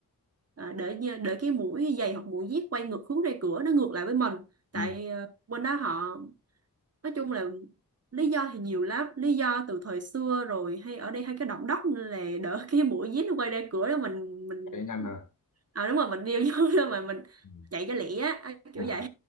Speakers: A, on the right (about 40°); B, on the left (about 55°).
A: ờ, để nhờ- để cái mũi giày hoặc mũi dép quay ngược hướng ra cửa nó ngược lại với mình tại
B: Ừ.
A: ờ, bên đó họ nói chung là lý do thì nhiều lắm lý do từ thời xưa rồi hay ở đây hay cái động đất nên là đỡ <laughs> cái mũi dí nó quay ra cửa đó mình mình
B: Cái nhanh hả?
A: à đúng rồi mình điêu vô <laughs> đó mà mình
B: Ừ.
A: chạy cho lẹ á kiểu
B: À,
A: vậy